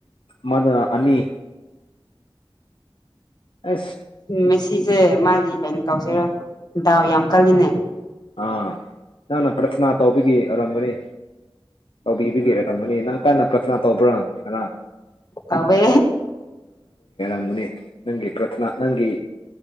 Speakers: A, on the left; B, on the left.
A: ꯑꯃꯅ ꯑꯅꯤ ꯑ
B: ꯃ ꯁꯤꯁꯦ ꯃꯥꯒꯤ ꯀꯩꯅꯣ ꯇꯧꯁꯤꯔꯣ ꯗꯥꯎ ꯌꯥꯝ ꯀꯜꯂꯤꯅꯦ
A: ꯑꯥ ꯅꯅ ꯄ꯭ꯔꯁꯅꯥ ꯇꯧꯕꯒꯤ ꯑꯣꯏꯔꯝꯒꯅꯤ ꯇꯧꯕꯤꯕꯤꯒꯦꯔꯛꯔꯝꯕꯅꯦ ꯅꯪ ꯀꯟꯅ ꯄ꯭ꯔꯊꯅꯥ ꯇꯧꯕ꯭ꯔꯥ ꯀꯅꯥ
B: ꯇꯋꯦ
A: ꯅꯪꯅꯦ ꯅꯪꯒꯤ ꯄ꯭ꯔꯊꯅꯥ ꯅꯪꯒꯤ